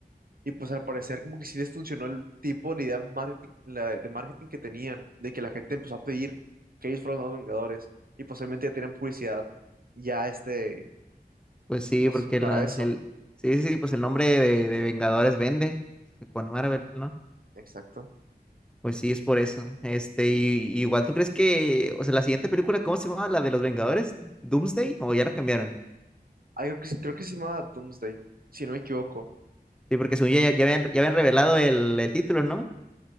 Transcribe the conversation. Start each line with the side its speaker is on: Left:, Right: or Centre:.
Right: Y pues al parecer como que sí les funcionó el tipo, la idea market- la- de marketing que tenían, de que la gente empezó a pedir que ellos fueran los nuevos Vengadores. Y posiblemente ya tenían publicidad ya este,
Centre: Pues sí,
Right: pues
Centre: porque
Right: para
Centre: el,
Right: eso.
Centre: el- sí, sí, sí, pues el nombre de, de Vengadores vende con Marvel, ¿no?
Right: Exacto.
Centre: Pues sí, es por eso. Este, y, y igual tú crees que, o sea, la siguiente película, ¿cómo se llamaba? ¿La de los Vengadores? ¿Doomsday? ¿O ya la cambiaron?
Right: Ah, creo que, sí- creo que se llamaba Doomsday, si no me equivoco.
Centre: Sí, porque según ya, ya, ya habían, ya habían revelado el, el título, ¿no?